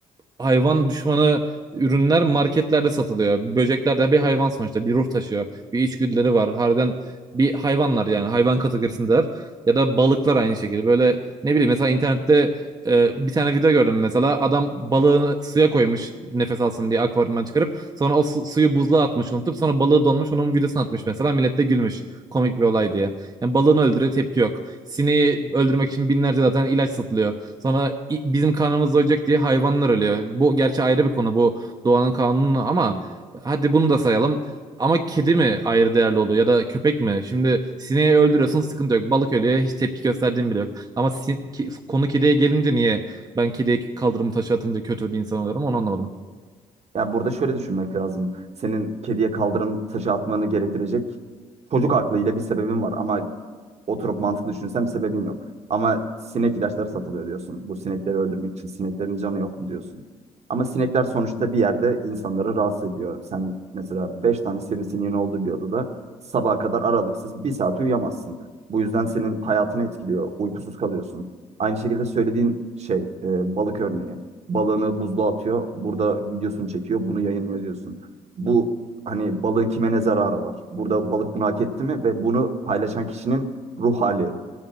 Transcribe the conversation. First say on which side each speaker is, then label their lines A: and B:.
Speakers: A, on the right; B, on the right.
A: hayvan düşmanı ürünler marketlerde satılıyor. Böcekler de bir hayvan sonuçta. Bir ruh taşıyor. Bir içgüdüleri var. Harbiden bir hayvanlar yani. Hayvan kategorisindeler. Ya da balıklar aynı şekilde. Böyle ne bileyim mesela internette e, bir tane video gördüm mesela. Adam balığını suya koymuş nefes alsın diye akvaryumdan çıkarıp. Sonra o su- suyu buzluğa atmış unutup. Sonra balığı donmuş onun videosunu atmış mesela. Millet de gülmüş. Komik bir olay diye. Yani balığını öldürüyor tepki yok. Sineği öldürmek için binlerce zaten ilaç satılıyor. Sonra i- bizim karnımız doyacak diye hayvanlar ölüyor. Bu gerçi ayrı bir konu bu doğanın kanunu ama hadi bunu da sayalım. Ama kedi mi ayrı değerli oluyor ya da köpek mi? Şimdi sineği öldürüyorsun sıkıntı yok. Balık ölüyor hiç tepki gösterdiğin bile yok. Ama si- ki- konu kediye gelince niye ben kediye kaldırımı taşı atınca kötü bir insan oluyorum onu anlamadım.
B: Yani burada şöyle düşünmek lazım. Senin kediye kaldırım taşı atmanı gerektirecek çocuk aklıyla bir sebebin var. Ama oturup mantıklı düşünsen bir sebebin yok. Ama sinek ilaçları satılıyor diyorsun. Bu sinekleri öldürmek için sineklerin canı yok mu diyorsun. Ama sinekler sonuçta bir yerde insanları rahatsız ediyor. Sen mesela 5 tane sivrisineğin olduğu bir odada sabaha kadar aralıksız bir saat uyuyamazsın. Bu yüzden senin hayatını etkiliyor. Uykusuz kalıyorsun. Aynı şekilde söylediğin şey e, balık örneği. Balığını buzluğa atıyor. Burada videosunu çekiyor. Bunu yayınlıyor diyorsun. Bu hani balığın kime ne zararı var? Burada balık bunu hak etti mi? Ve bunu paylaşan kişinin ruh hali.